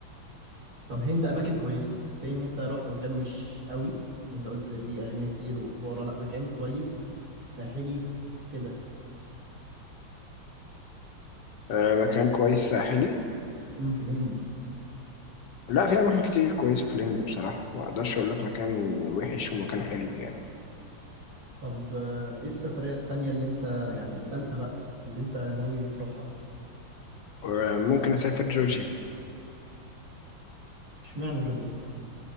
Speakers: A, on the right; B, on the left.
A: طب هند اماكن كويسة سي ان انت رحت مكان مش قوي انت قلت فيه اغنياء كتير وفقراء لا مكان كويس ساحلي كده
B: آه مكان كويس ساحلي
A: امم في الهند
B: لا في أماكن كتير كويسة في الهند بصراحة ما أقدرش أقول لك مكان وحش ومكان حلو يعني
A: طب آه، ايه السفرية التانية اللي انت يعني التالتة بقى اللي انت ناوي تروحها
B: آه ممكن أسافر جورجيا
A: اشمعنى جورجيا